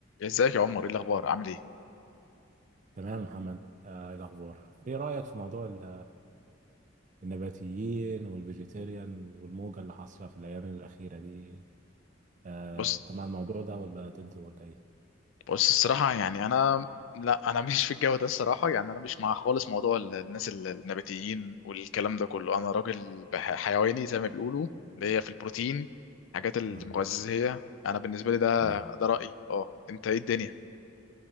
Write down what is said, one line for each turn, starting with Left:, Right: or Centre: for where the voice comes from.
Left: ازيك يا عمر ايه الاخبار عامل ايه
Right: تمام يا محمد آه إيه الأخبار إيه رأيك في موضوع ال- النباتيين والفيجيتيريان والموجة اللي حاصلة في الأيام الأخيرة دي آه
Left: بص
Right: أنت مع الموضوع ده ولا ضده ولا إيه؟
Left: بص الصراحه يعني انا لا انا <laughs> مش في الجو ده الصراحه يعني انا مش مع خالص موضوع ال- الناس ال- النباتيين والكلام ده كله انا راجل بح- حيواني زي ما بيقولوا اللي هي في البروتين حاجات المغذيه
Right: مم.
Left: انا بالنسبه لي ده
Right: تمام
Left: ده رايي اه انت ايه الدنيا